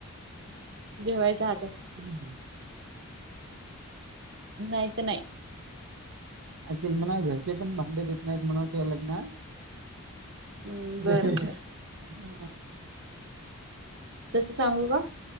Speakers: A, on the right (about 55°); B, on the right (about 70°).
A: जेवायच हातात.
B: हम्म हम्म.
A: नाही तर नाही
B: अन् तिले म्हणाव घरचे पण भांडे देत नाहीत म्हणाव तुया लग्नात.
A: हम्
B: <unintelligible>
A: बरं बर तस सांगू का?